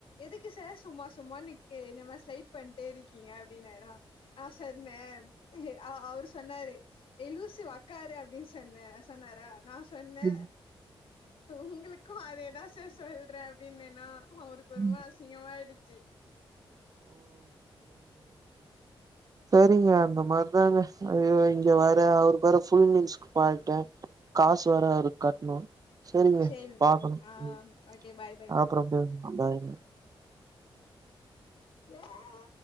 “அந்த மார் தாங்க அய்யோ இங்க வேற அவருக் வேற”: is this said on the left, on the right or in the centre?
Right